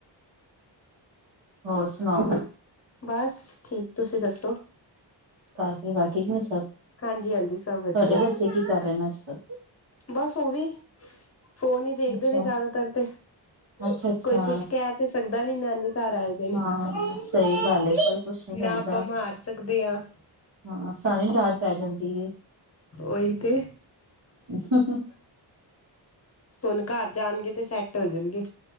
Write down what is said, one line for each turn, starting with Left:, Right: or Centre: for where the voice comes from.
Right: ਹੋਰ ਸੁਣਾਓ ਫ
Left: ਬਸ, ਠੀਕ। ਤੁਸੀਂ ਦੱਸੋ?
Right: ਘਰ ਪਰਿਵਾਰ ਠੀਕ ਨੇ ਸਭ?
Left: ਹਾਂਜੀ ਹਾਂਜੀ ਸਭ
Right: ਤੁਹਾਡੇ
Left: ਵਧੀਆ
Right: ਬੱਚੇ ਕੀ ਕਰ ਰਹੇ ਨੇ ਅੱਜ ਕੱਲ
Left: ਬਸ ਉਹ ਵੀ ਫੋਨ ਹੀ ਦੇਖਦੇ
Right: ਅੱਛਾ
Left: ਨੇ ਜ਼ਿਆਦਾਤਰ ਤੇ
Right: ਅੱਛਾ ਅੱਛਾ
Left: ਕੋਈ ਕੁਛ ਕਹਿ ਤੇ ਸਕਦਾ ਨੀ ਨਾਨੀ ਘਰ ਆਏ ਗ ਨੇ
Right: ਹਾਂ ਸਹੀ ਗੱਲ ਏ ਕੋਈ ਕੁਛ ਨੀ ਕਹਿੰਦਾ
Left: ਨਾ ਆਪਾਂ ਮਾਰ ਸਕਦੇ ਹ
Right: ਹਾਂ ਸਾਨੂੰ ਡਾਂਟ ਪੈ ਜਾਂਦੀ
Left: ਓਹੀ ਤੇ
Right: ਹਮ ਹੂੰ
Left: ਹੁਣ ਘਰ ਜਾਣਗੇ ਤੇ ਸੈੱਟ ਹੋ ਜਾਣਗੇ